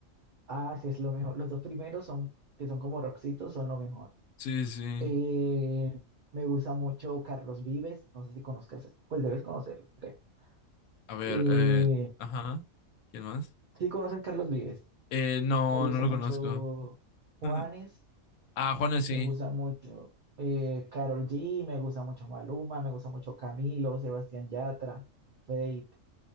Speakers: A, on the right; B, on the left.
A: ah, sí, es lo mejor. Los dos primeros son, que son como rockcitos, son lo mejor.
B: Sí, sí.
A: Eh, me gusta mucho Carlos Vives. No sé si conozcas, pues debes conocerlo, creo.
B: A ver,
A: Eh,
B: eh, ajá. ¿Quién más?
A: sí conoces Carlos Vives.
B: Eh, no,
A: Me gusta
B: no lo
A: mucho
B: conozco.
A: Juanes,
B: <laughs> Ah, Juanes sí,
A: me gusta mucho eh, Karol G, me gusta mucho Maluma, me gusta mucho Camilo, Sebastián Yatra, Fate.